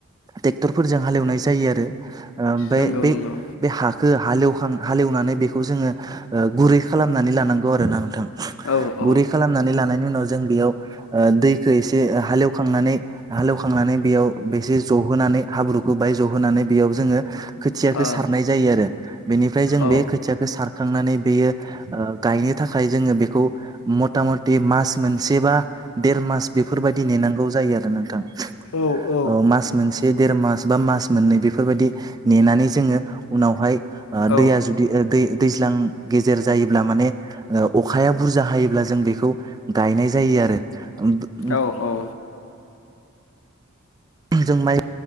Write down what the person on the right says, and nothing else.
ट्रेक्टरफोरजों हालेवनाय जायो आरो ओम बे
बे
बे हाखो हालेवखां हालेवनानै बेखौ जोङो ओ गुरै खालामनानै लानांगौ आरो ना नोंथां
गुरै खालामनानै लानायनि उनाव जों बेयाव ओ दैखो एसे हालेवखांनानै हालेवखांनानै बेयाव बेसे जहोनानै हाब्रुखो बाहाय जहोनानै बेयाव जोङो खोथ खोथियाखो
सारनाय जायो आरो बेनिफ्राय जों
बे खोथियाखो सारखांनानै बेयो ओ गायनो थाखाय जोङो बेखौ मथा मथि मास मोनसेबा देर मास बेफोरबायदि नेनांगौ जायो आरो नोंथां
औ मास मोनसे देर मास बा मास मोननै बेफोरबायदि नेनानै जोङो उनावहाय ओ दैया
जुदि ओ दै दैज्लां गेजेर जायोब्ला माने ओ अखाया बुजा हायोब्ला जों बेखौ गायनाय जायो आरो उम उम
जों माइ